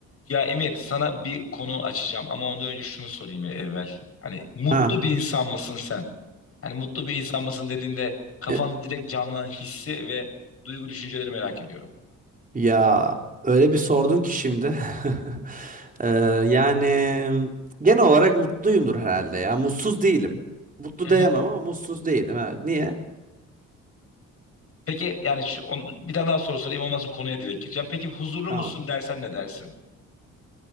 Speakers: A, on the left; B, on the right.
A: Ya Emir sana bir konu açacağım ama ondan önce şunu sorayım ya evvel. Hani mutlu
B: Ha.
A: bir insan mısın sen? Hani mutlu bir insan mısın dediğinde kafanda
B: Ya,
A: direkt canlanan hissi ve duygu düşünceleri merak ediyorum.
B: ya öyle bir sordun ki şimdi. <laughs> Ee, yani genel olarak mutluyumdur herhalde ya. Mutsuz değilim. Mutlu
A: Hı
B: diyemem
A: hı.
B: ama mutsuz değilim. Evet. Niye?
A: Peki yani şu, on- bir tane daha soru sorayım ondan sonra konuya direkt gireceğim. Peki huzurlu
B: Tamam.
A: musun dersem ne dersin?